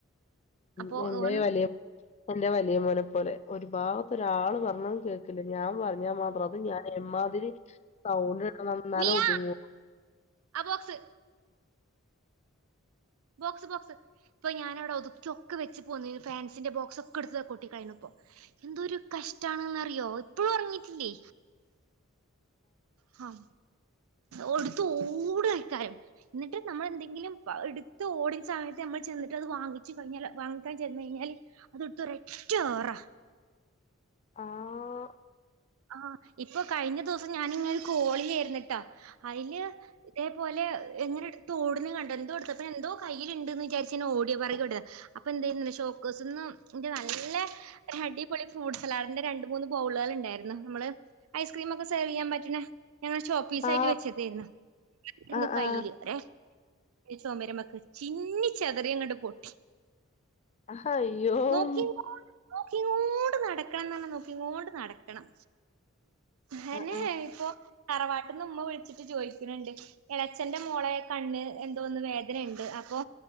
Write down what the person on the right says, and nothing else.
അപ്പൊ
ഓന്
മിയ
ആ ബോക്സ് ബോക്സ് ബോക്സ് ഇപ്പൊ ഞാന അവിടെ ഒതുക്കൊക്കെ വെച്ച് പോന്ന ഫാൻസിന്റെ ബോക് ഒക്ക എടു കൊട്ടി കഴിഞ്ഞ ഇപ്പോ എന്തോ ഒരു കഷ്ടണെന്ന അറിയോ ഇപ്പോഴും ഉറങ്ങീട്ടില്ലേ ഹഹ ഒടുത്ത ഓട ആക്കാര എന്നിട്ട് നമ്മളെന്തെങ്കിലും എടുത്ത് ഓടുന്ന സമയത്ത് നമ്മൾ ചെന്നിട്ട് അത് വാങ്ങിച്ചു കിഞ്ഞാൽ വാങ്ങിക്കാൻ ചെന്ന കഴിഞ്ഞാല് അത് എടുത്ത ഒറ്റ ഏറ
ആഹ ഇപ്പൊ കഴിഞ്ഞ ദിവസം ഞാനിങ്ങ കോളി ിട്ടാ അതില് ഇതേപോലെ എങ്ങനെ എടുത്തു ഓടന്ന് കണ്ട എന്തോടുത്ത അപ്പെ എന്തോ കയ്യിലണ്ടന്ന് വിചാരിച് ഞാൻ ഓടി പുറകിൽ ഓടി അപ്പൊ എന്ത ചെയ്യുന്നു ഷോക്കസ്ന്ന് എന്റെ നല്ല ഒരു അടിൊള ഫ്രൂ്സ് സലാടിന്റെ രണ്ട മൂന്ന് ബൗളുകൾ ഉണ്ടായിരുന്നു നമ്മൾ ഐസ് ക്രീം ഒക്കെ സെർവ് ചെയ്യാൻ പറ്റുന്ന ഞങ്ങൾ ഷോപ്പ് പീസ
ആയിട്ട് വെച്ചതരുന്നുന്ന്
കയ്യിയില്
ഒര ചോമരമക്ക് ചിന്ന ചെതറിയ അങ്ങോട്ട് പൊട്ടി
നോക്കിങ്ങോ നോക്കിങ്ങോണ്ട് നടക്കണം എന്നല്ല നോക്കിങ്ങോണ്ട് നടക്കണം ഞാനെ
ഇപ്പൊ തറവാട്ടന്ന് ഉമ്മ വിളിച്ചിട്ട് ചോദിക്കുന്നുണ്ട് ഇളച്ചഛന്റെ മോളയൊ കണ്ണ് എന്തോന്ന് വേദനുണ്ട് അപ്പൊ